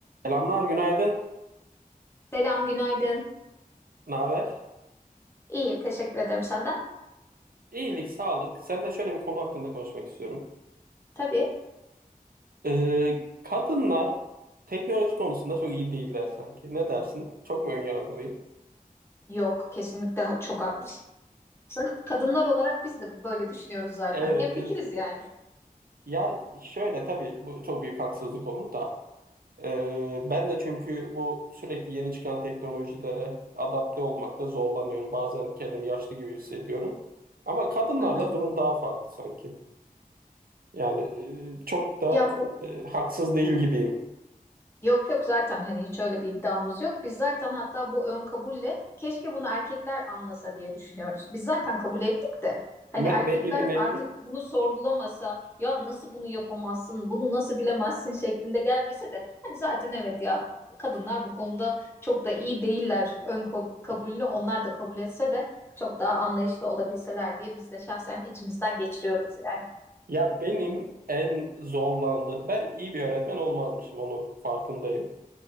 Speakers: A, on the right; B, on the left.
A: Selamlar, günaydın.
B: Selam, günaydın.
A: Ne haber?
B: İyi, teşekkür ederim senden.
A: İyilik, sağlık. Sen de şöyle bir konu hakkında konuşmak istiyorum.
B: Tabii,
A: Ee, kadınlar teknoloji konusunda çok iyi değiller sanki. Ne dersin? Çok mu önyargılıyım?
B: yok, kesinlikle ha- çok haklısın. Kadınlar olarak biz de böyle düşünüyoruz zaten.
A: Evet.
B: Hemfikiriz
A: bir-
B: yani.
A: Ya şöyle tabii bu çok büyük haksızlık olur da. Ee, ben de çünkü bu sürekli yeni çıkan teknolojilere adapte olmakta zorlanıyorum. Bazen kendimi yaşlı gibi hissediyorum. Ama kadınlarda
B: Hı hı.
A: durum daha farklı sanki. Yani e, çok da
B: Ya bu
A: e, haksız değil gibiyim.
B: Yok yok zaten hani hiç öyle bir iddiamız yok. Biz zaten hatta bu ön kabulle keşke bunu erkekler anlasa diye düşünüyoruz. Biz zaten kabul ettik de hani
A: Ne,
B: erkekler
A: ne gibi ne
B: artık
A: gibi?
B: bunu sorgulamasa ya nasıl bunu yapamazsın, bunu nasıl bilemezsin şeklinde gelmese de hani zaten evet ya kadınlar bu konuda çok da iyi değiller ön ko- kabulünü onlar da kabul etse de çok daha anlayışlı olabilseler diye biz de şahsen içimizden geçiriyoruz yani.
A: Ya benim en zorlandığım, ben iyi bir öğretmen olmazmışım onu farkındayım.